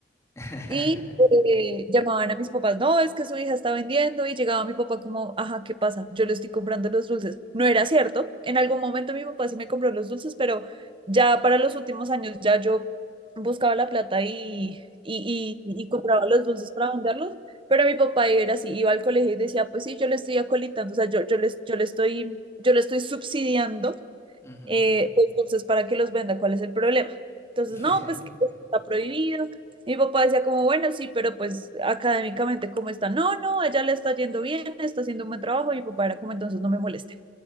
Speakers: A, on the left; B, on the right.
A: <laughs>
B: Y eh, llamaban a mis papás, no, es que su hija está vendiendo y llegaba mi papá como, ajá, ¿qué pasa? Yo le estoy comprando los dulces. No era cierto. En algún momento mi papá sí me compró los dulces, pero ya para los últimos años ya yo buscaba la plata y, y, y, y compraba los dulces para venderlos. Pero mi papá era así, iba al colegio y decía, pues sí, yo le estoy acolitando, o sea, yo, yo les yo le estoy, yo le estoy subsidiando
A: Ujú.
B: eh, pues, entonces, ¿para que los venda? ¿Cuál es el problema? Entonces,
A: <laughs>
B: no, pues que está prohibido. Mi papá decía como, bueno, sí, pero pues académicamente, ¿cómo está? No, no, ella le está yendo bien, está haciendo un buen trabajo. Y mi papá era como, entonces no me molesten.